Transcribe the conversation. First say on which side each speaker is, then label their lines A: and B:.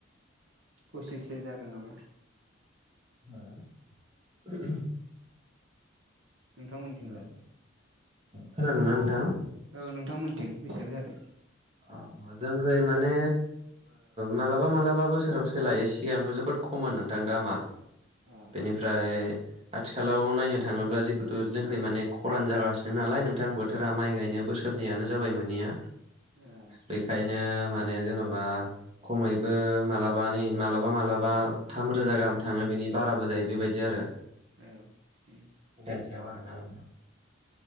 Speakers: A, on the right; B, on the right.
A: पसिससो जादों नामा
B: हो <unintelligible>
A: नोंथांमोनथिंलाय
B: औ खोनादोंना नोंथां
A: औ नोंथांमोनथिं बेसेबां जादों
B: अ जोंखै माने मालाबा मालाबा बोसोराव सोलायो सिगांथ' जोबोद ख खममोन नोंथां दा मा
A: अ
B: बेनिफ्राय आथिखालाव नायनो थाङोब्ला जिहुथु जोंखौ माने खरान जागासिनो नालाय नोंथां बोथोरा माइ गायनो बोसोरनैयानो जाबाय माने जोंनिया
A: अ
B: बेखायनो माने जेन'बा खमैबो मालाबा नै मालाबा मालाबा थाम रोजा गाहाम थाङो बिनि बाराबो जायो बेबायदि आरो
A: औ उम
B: <unintelligible> या बारा ना नोंथां